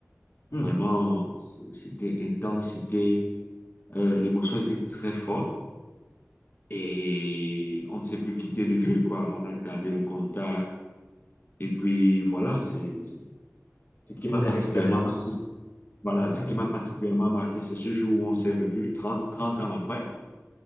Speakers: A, on the left; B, on the left.
A: hum.
B: Vraiment, c'était intense. C'était, euh, l'émotion était très forte. Et on ne s'est plus quitté de vue, quoi. On a gardé le contact. Et puis voilà, c'est c'est, ce qui
A: Une
B: m'a
A: belle
B: particulièrement
A: expérience.
B: marqué. Voilà,
A: Oui.
B: ce qui m'a particulièrement marqué, c'est ce jour où on s'est revus trente, 30 ans après.